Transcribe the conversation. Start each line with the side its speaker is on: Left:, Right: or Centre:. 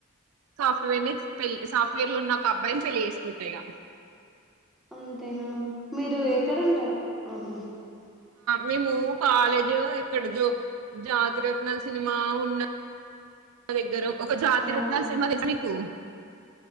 Right: సాఫ్ట్వేర్ ని పెల్లి సాఫ్ట్వేర్ ల ఉన్న ఒక అబ్బాయిని పెళ్లి చేసుకుంటా ఇగ
Centre: అంతేనా మీరు ఎక్కడ ఉంటరు ఆహ
Right: మేము కాలేజు ఇక్కడ జో జాతిరత్నలు సినిమా ఉన్న దగ్గరం ఒక జాతి
Centre: అవునా
Right: రత్నాలు సినిమా తెలుసా మీకు